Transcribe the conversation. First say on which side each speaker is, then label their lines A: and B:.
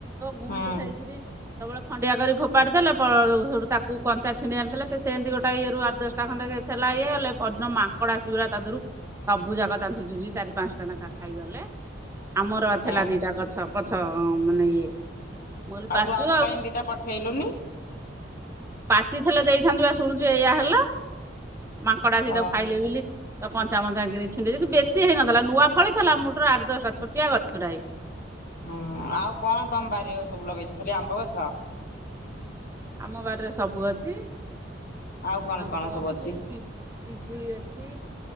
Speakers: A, on the right (about 15°); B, on the left (about 55°).
A: ଗୁଣିଚି
B: ହୁଁ
A: ଖାଇକିରି ସବୁବେଳେ ଖଣ୍ଡିଆ କରି ଫୋପାଡି ଦେଲେଳ ସବୁ ତାକୁ କଞ୍ଚା ଛିଣ୍ଡି ଆଣିଦେ ସେମିତି ଗୋଟଏ ଇଏରୁ ଆଠ ଦଶଟା ଖଣ୍ଡେ ଥିଲା ଇଏ ହେଲେ ପହର ମା ଙ୍କଡ ଆସି ତଦେହରୁ ସବୁ ଯାକ ଚଞ୍ଚି ଚୁଞ୍ଚି ଚାରି ପାଞ୍ଚ ଟା ଲେଖା ଖାଇଗଲେ। ଆମର ଥିଲା
B: ଏଁ
A: ଦିଟା ଗଛ ପଛ ମାନେ ଇଏ ମୁଁ କହିଲି
B: ଆଉ
A: ପାଚୁ
B: ତୁ ଆମ ପାଇଁ ଦୁଇଟା ପଠେଇଲୁନୁ?
A: ପାଚିଥିଲେ ଦେଇଥାନ୍ତ ବା ଶୁଣୁଛି ଏଇୟଆ ହେଲା ମାଙ୍କଡ଼ା ଆଛି
B: ହଁ
A: ତାକୁ ଖାଇଲେ ବୋଲି- ତ କଞ୍ଚାମଞ୍ଚା କିି ଛିଣ୍ଡିେ କିନ୍ତୁ ବେଶୀ ହେଇନଥିଲା ନୂଆ ଫଳିଥିଲା ମୁଟରୁ ଆଠ ଦଶଟା ଛୋଟିଆ ଗଛଟାଏ।
B: ହୁଁ ଆଉ କଣ ତମବାରି ସବୁ ଲଗେଇଛୁ ଖାଲି ଆମ୍ବ ଗଛ?
A: ଆମ ବାରି ରେ ସବୁ ଅଛି।
B: ଆଉ କଣ
A: ଆମ୍ବ
B: କଣ ସବୁ ଅଛି?
A: ପି ପିଜୁଳି ଅଛି